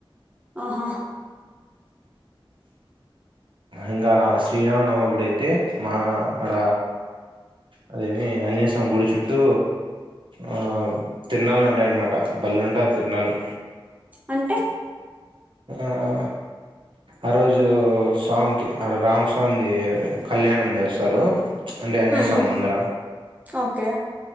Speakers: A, on the right; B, on the right.
A: ఆహా.
B: ఇంకా రా శ్రీరామనవమి అప్పుడు అయితే మా అడ. అదేమీ ఆంజనేయ స్వామి గుడి చుట్టు. ఆ తిరన్నాలు ఉంటాయనమాట బల్లే ఉంటాది తిరన్నాలు.
A: అంటె.
B: ఆ ఆ అరోజు స్వామికి రామ్స్. కొంది కళ్యాణం చేస్తారు. అంటె ఆంజనేయ
A: మ్మ్
B: స్వామి ముందర.
A: ఓకే